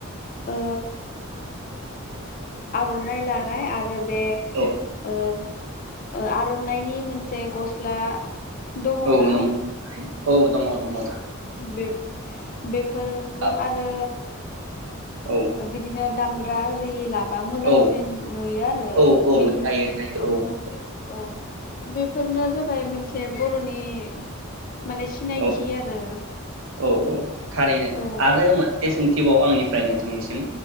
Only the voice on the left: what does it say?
ओ आर'नाइ लानाय आरो बे
ओ आर'नाइनि मोनसे गस्ला दङना
बे बेफोर
जों आरो
बिदिनो दामग्रा रि ला बा मोजांसिन
नुयो आरो
बिजि
ओमफ्राय
औ बेफोरनो जाबाय मोनसे बर'नि माने सिनायथि
आरो
औ